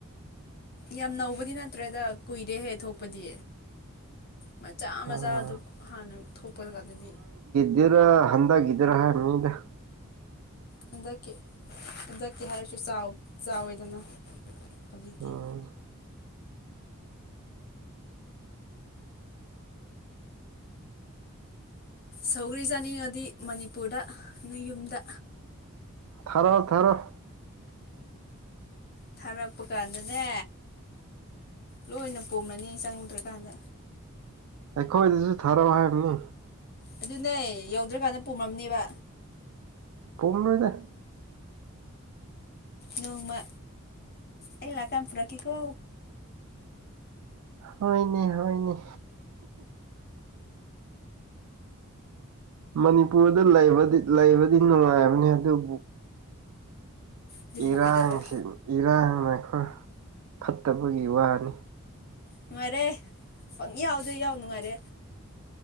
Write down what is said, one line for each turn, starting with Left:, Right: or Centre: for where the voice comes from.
Left: ꯌꯥꯝ ꯅꯧꯕꯗꯤ ꯅꯠꯇ꯭ꯔꯦꯗ ꯀꯨꯏꯔꯦꯍꯦ ꯊꯣꯛꯄꯗꯤ ꯃꯆꯥ
Right: ꯑꯥ
Left: ꯃꯆꯥꯗꯨ ꯍꯥꯟꯅ ꯊꯣꯛꯄ ꯀꯥꯟꯗꯗꯤ
Right: ꯍꯦꯔꯥ ꯍꯥꯟꯗꯛꯒꯤꯗꯔꯥ ꯍꯥꯏꯝꯅꯤꯗꯥ
Left: ꯍꯟꯗꯛꯀꯤ ꯍꯟꯗꯛꯀꯤ ꯍꯥꯏꯔꯁꯨ ꯆꯥꯎ ꯆꯥꯎꯋꯦꯗꯅ ꯍꯧꯖꯤꯛꯇꯤ
Right: ꯎꯝ
Left: ꯁꯧꯒꯔ꯭ꯤ ꯆꯥꯅꯤꯡꯉꯗꯤ ꯃꯅꯤꯄꯨꯔꯗ ꯅꯣꯏ ꯌꯨꯝꯗ
Right: ꯊꯥꯔꯛꯑꯣ ꯊꯥꯔꯣꯑꯣ
Left: ꯊꯥꯔꯛꯄ ꯀꯥꯟꯗꯅꯦ ꯂꯣꯏꯅ ꯄꯨꯝꯔꯅꯤ ꯆꯪꯉꯨꯗ꯭ꯔꯀꯥꯟꯗ
Right: ꯑꯩꯈꯣꯏꯗꯁꯨ ꯊꯥꯔꯛꯑꯣ ꯍꯥꯏꯕꯅꯤ
Left: ꯑꯗꯨꯅꯦ ꯌꯧꯗ꯭ꯔꯀꯥꯟꯗ ꯄꯨꯨꯝꯔꯝꯅꯤꯕ
Right: ꯄꯨꯝꯔꯣꯏꯗꯥ
Left: ꯅꯣꯡꯃ ꯑꯩ ꯂꯥꯛ ꯀꯥꯟ ꯄꯨꯨꯔꯛꯀꯦꯀꯣ
Right: ꯍꯣꯏꯅꯦ ꯍꯣꯏꯅꯦ ꯃꯅꯤꯄꯨꯔꯗ ꯂꯩꯕꯗꯤ ꯂꯩꯕꯗꯤ ꯅꯨꯡꯉꯥꯏꯕꯅꯤ ꯑꯗꯨꯕꯨ
Left: ꯑꯗꯨꯕꯨ
Right: ꯏꯔꯥꯡꯁꯤ
Left: ꯀꯩꯗꯧꯔꯦ
Right: ꯏꯔꯥꯡꯅꯀꯣ ꯐꯠꯇꯕꯒꯤ ꯋꯥꯅꯤ
Left: ꯅꯨꯡꯉꯥꯏꯔꯦ ꯄꯪ ꯌꯥꯎꯗ ꯌꯥꯎ ꯅꯨꯡꯉꯥꯏꯔꯦ